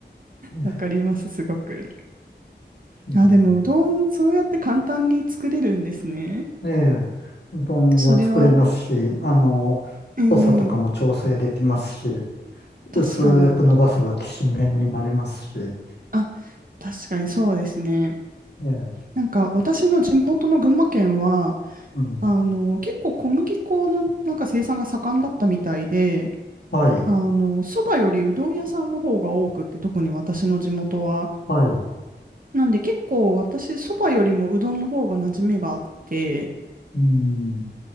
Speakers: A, on the left; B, on the right.
A: う
B: わかります、すごく。
A: ん
B: あ、でも、うどん、そうやって簡単に作れるんですね。
A: ええうどんは作れますし、
B: それは、
A: あの、
B: うん、
A: 太さとかも調整できますし、
B: 確かに、
A: 薄く伸ばせばきしめんになりますし、え
B: あ、確かにそうですね。
A: え
B: なんか、私の地元の群馬県は、
A: うん、
B: あの、結構小麦粉のなんか生産が盛んだったみたいで、
A: はい、
B: あの、そばよりうどん屋さんの方が多くって、特に私の地元は。
A: はい、
B: なんで、結構私、そばよりもうどんの方が馴染みがあって、
A: うん、